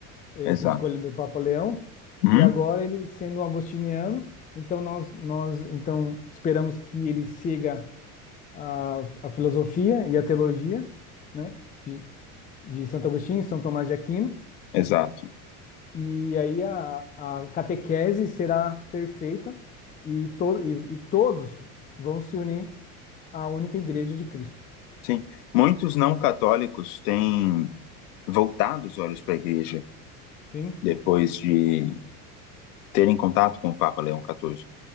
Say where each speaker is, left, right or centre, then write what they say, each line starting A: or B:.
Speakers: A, on the left; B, on the left.
A: essa
B: Exato.
A: escolha do Papa Leão,
B: Hum?
A: e agora ele sendo um agostiniano, então nós, nós então esperamos que ele siga a, a filosofia e a teologia, né, de, de Santo Agostinho e São Tomás de Aquino,
B: Exato.
A: e aí a, a catequese será perfeita e, to, e, e todos vão se unir à única igreja de Cristo.
B: Sim. Muitos não católicos têm voltado os olhos para a igreja
A: Sim,
B: depois de terem contato com o Papa Leão XIV.